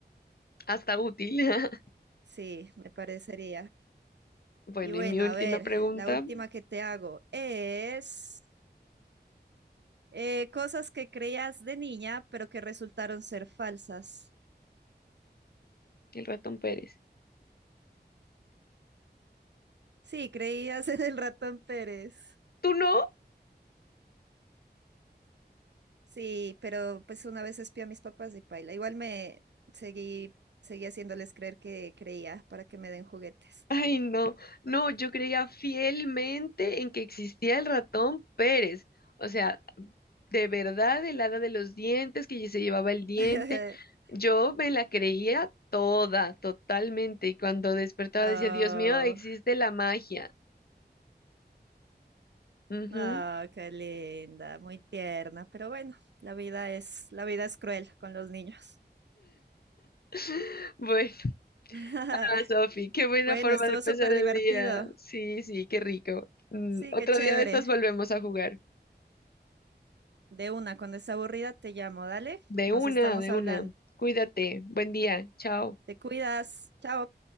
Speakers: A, on the left; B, on the right.
A: Hasta útil. <laughs>
B: sí, me parecería.
A: Bueno,
B: Y bueno,
A: y mi última
B: a ver,
A: pregunta,
B: la última que te hago es eh, cosas que creías de niña, pero que resultaron ser falsas.
A: el ratón Pérez.
B: Sí, creías <laughs> en el ratón Pérez.
A: ¿Tú no?
B: Sí, pero pues una vez espié a mis papás y paila. Igual me seguí, seguí haciéndoles creer que creía para que me den juguetes.
A: <laughs> Ay, no, no, yo creía fielmente en que existía el ratón Pérez. O sea, de verdad, el hada de los dientes, que se llevaba el diente.
B: <laughs>
A: Yo me la creía toda, totalmente. Y cuando despertaba
B: Oh,
A: decía, Dios mío, existe la magia. Ujú.
B: oh, qué linda, muy tierna, pero bueno, la vida es, la vida es cruel con los niños.
A: <laughs> Bueno,
B: <laughs>
A: Ah, Sofi, qué buena
B: Bueno,
A: forma
B: estuvo
A: de empezar
B: súper
A: el
B: divertido.
A: día. Sí, sí, qué rico. Mm,
B: Sí,
A: otro
B: qué chévere.
A: día de estas volvemos a jugar.
B: De una, cuando esté aburrida te llamo, dale.
A: De
B: Nos
A: una,
B: estamos
A: de
B: hablando.
A: una. Cuídate. Buen día. Chao.
B: Te cuidas. Chao.